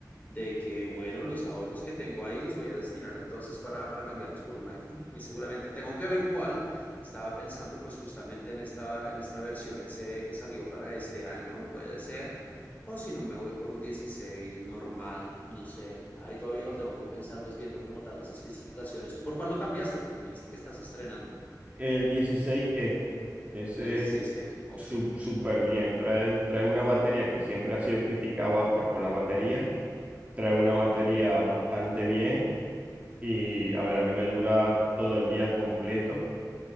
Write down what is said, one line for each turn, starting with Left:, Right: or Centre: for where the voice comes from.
Left: de que, bueno, los ahorros que tengo ahí los voy a destinar entonces para, para cambiarlos por un iPhone. Muy seguramente tengo que ver cuál. Estaba pensando pues justamente en esta, en esta versión SE que salió para este año, puede ser. O si no, me voy por un 16 normal, no sé. Ahí todavía lo tengo que pensar, pues viendo como tal las especificaciones. ¿Tú por cuál lo cambiaste? Porque me dijiste que estás estrenando.
Right: El 16E, ese
Left: El dieciséis. c ok.
Right: su- súper bien, trae, trae una batería que siempre ha sido criticado Apple por la batería, trae una
Left: Ujú,
Right: batería bastante bien y, a ver, a mí me dura todo el día completo.